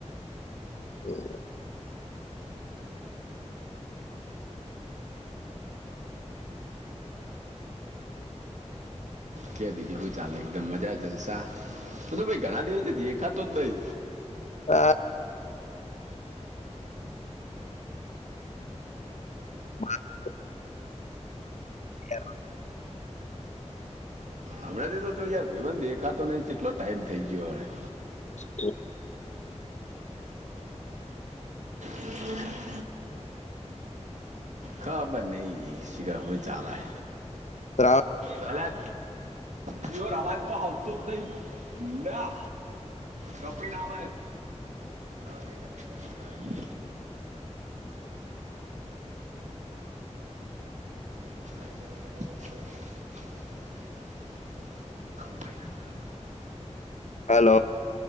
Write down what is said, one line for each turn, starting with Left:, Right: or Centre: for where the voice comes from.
Left: હ
Right: કે બીજું શું ચાલે એકદમ મજા જલસા ભાઈ ઘણા દિવસે દેખાતો જ દઈ
Left: હા <inaudible> હ
Right: હમણાંથી તો યાર ભાઈન દેખાતો નહી કેટલો ટાઈમ થઈ ગયો હવે
Left: હ
Right: હમ ખાબર નહી શિગ હોય ચાલા
Left: ત્રાણ
Right: ચલા પયોર અવાજ તો હાલતો જ નહી ના કપ મહિનામાંાર મહ હા ક
Left: હલો.